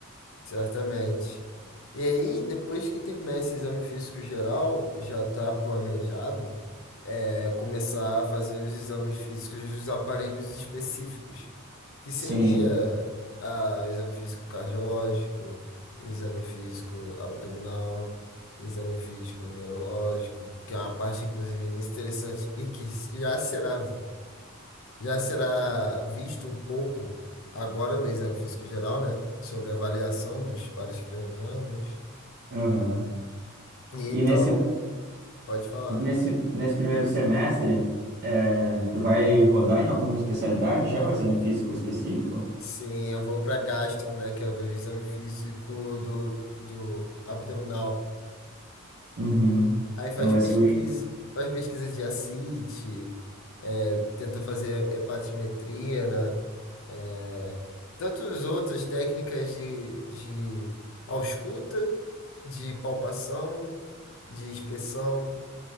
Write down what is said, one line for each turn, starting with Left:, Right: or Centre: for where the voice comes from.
Left: Certamente. E aí, depois que terminar esse exame físico geral, já está planejado é, começar a fazer os exames físicos dos aparelhos específicos, que seria
Right: Sim.
Left: ah, o exame físico cardiológico, exame físico abdominal, exame físico neurológico, que é uma parte, inclusive, muito interessante e que já será já será visto um pouco agora no exame físico geral, né? Sobre a avaliação dos pares cranianos.
Right: aham.
Left: E
Right: E
Left: então,
Right: nesse,
Left: pode falar.
Right: nesse, nesse primeiro semestre, é, tu vai rodar em alguma especialidade já o exame físico específico?
Left: Sim, eu vou para gastro, né? Que é o do exame físico do, do abdominal.
Right: Uhum.
Left: Aí faz
Right: Então vai
Left: pesquisa,
Right: ser o,
Left: faz pesquisa de ascite, é, tenta fazer hepatimetria, né? É, tantos outras técnicas de, de ausculta, de palpação, de inspeção.